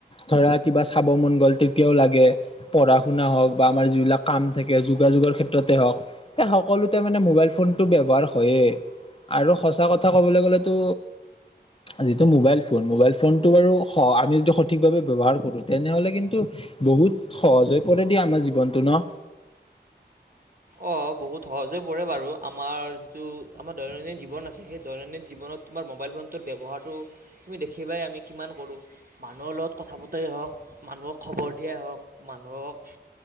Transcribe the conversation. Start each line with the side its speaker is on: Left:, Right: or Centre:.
Left: ধৰা কিবা চা খাব মন গ'ল তেতিয়াও লাগে, পঢ়া শুনা হওক, বা আমাৰ যিবিলাক কাম থাকে যোগাযোগৰ ক্ষেত্ৰতে হওক। সে সকলোতে মানে মোবাইল ফোনটো ব্যৱহাৰ হয় য়েই।। আৰু সঁচা কথা ক'বলে গ'লে তো। যিটো মোবাইল ফোন মোবাইল ফোন টো বাৰু স আমি যদি সঠিকভাৱে ব্যৱহাৰ কৰো। তেনেহলে কিন্তু বহুত সহজ হৈ পৰে দিয়া আমাৰ জীৱনটো ন।
Right: অ বহুত সহজ হৈ পৰে বাৰু আমাৰ যিটো আমাৰ দৈনন্দিন জীৱন আছে সেই দৈনন্দিন জীৱনত তোমাৰ মোব মোবাইল ফোনটোৰ ব্যৱহাৰটো। তুমি দেখিবাই আমি কিমান কৰো মানুহৰ লগত কথা পাতাই হওঁক মানুহক খবৰ দিয়াই হওক। মানুহক